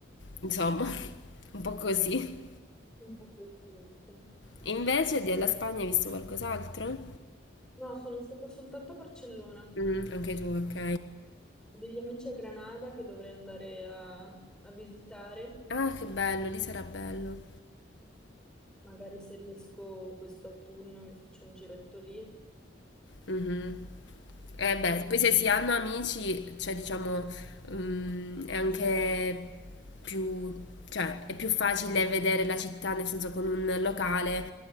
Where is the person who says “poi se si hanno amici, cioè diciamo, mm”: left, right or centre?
Left